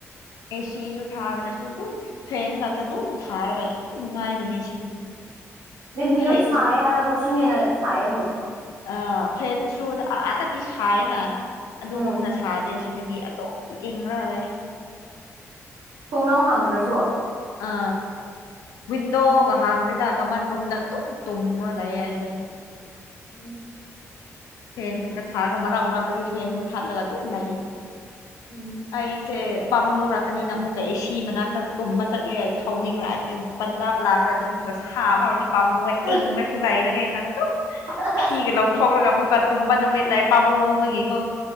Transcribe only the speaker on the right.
ꯗꯦꯜꯍꯤ ꯌꯥꯝ
ꯁꯥꯏ ꯍꯥꯏꯔꯒ ꯁꯤꯅ ꯍꯦꯟ ꯁꯥꯏꯌꯦꯅꯦ
ꯎꯝ
ꯊꯣꯡꯅꯥꯎ ꯍꯥꯡꯗ꯭ꯔꯁꯨ
ꯎꯝ
ꯎꯝ
ꯑꯁ
ꯑꯁ
ꯑꯁ